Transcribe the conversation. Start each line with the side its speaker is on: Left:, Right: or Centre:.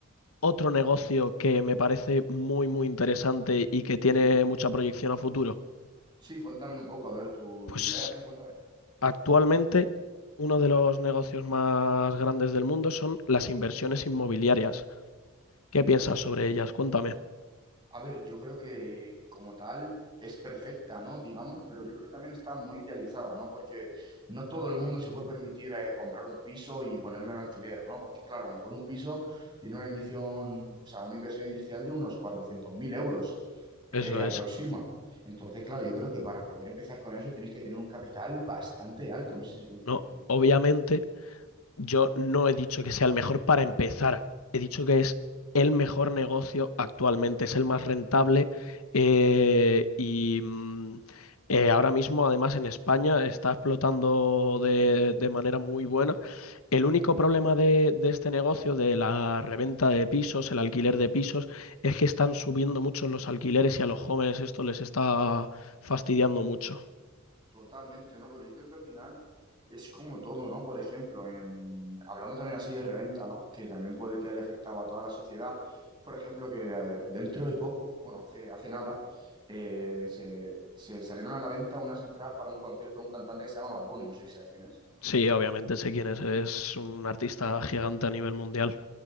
Left: otro negocio que me parece muy, muy interesante y que tiene
Right: Sí.
Left: mucha proyección a futuro?
Right: Sí, cuéntame un poco, a ver tu,
Left: Pues
Right: tu idea, sí, cuéntame.
Left: actualmente uno de los negocios más grandes del mundo son las inversiones inmobiliarias. ¿Qué piensas sobre ellas? Cuéntame.
Right: A ver, yo creo que como tal es perfecta, ¿no? Digamos, pero yo creo que también está muy idealizada, ¿no? Porque no todo el mundo se puede permitir eh, comprar un piso y ponerlo en alquiler, ¿no? Porque claro, a lo mejor un piso tiene una inición, o sea, una inversión inicial de unos cuatrocientos mil euros
Left: Eso
Right: eh, aproxima.
Left: es.
Right: Entonces, claro, yo creo que para poder empezar con eso tienes que tener un capital bastante alto. No sé si coincides
Left: No,
Right: conmigo.
Left: obviamente. Yo no he dicho que sea el mejor para empezar. He dicho que es el mejor negocio actualmente,
Right: Mm,
Left: es el más rentable eh, y mm, eh, ahora mismo, además, en España está explotando de, de manera muy buena. El único
Right: sí.
Left: problema de, de este negocio, de la reventa de pisos, el alquiler de pisos, es que están subiendo mucho los alquileres y a los jóvenes esto les está fastidiando mucho.
Right: Totalmente, ¿no? Pero yo creo que al final es como todo, ¿no? Por ejemplo, en... hablando también así de reventa, ¿no? Que también puede que haya afectado a toda la sociedad. Por ejemplo, que eh, dentro de poco, bueno, hace, hace nada, eh, se, se salieron a la venta unas entradas para un concierto de un cantante que se llama Bad Bunny, no sé si sabes quién es.
Left: Sí, obviamente sé quién es, es un artista gigante a nivel mundial.